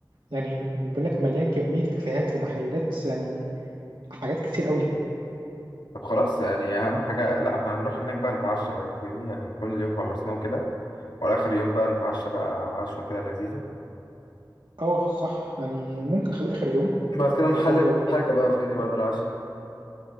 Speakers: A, on the right (about 80°); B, on the left (about 85°).
A: يعني بيقول لك مليان كمية كافيهات ومحلات يعني حاجات كتير قوي
B: طب خلاص يعني اهم حاجه لا احنا هنروح هناك بقى نتعشى بقى فاهمني يعني كل يوم خلصناه كده وعلى اخر يوم بقى نتعشى بقى عشوه كده لذيذه
A: اه صح يعني ممكن نخليه اخر يوم
B: بعد كده
A: وبرضه
B: نحلي بقى حاجه بقى فاهمني بعد العشاء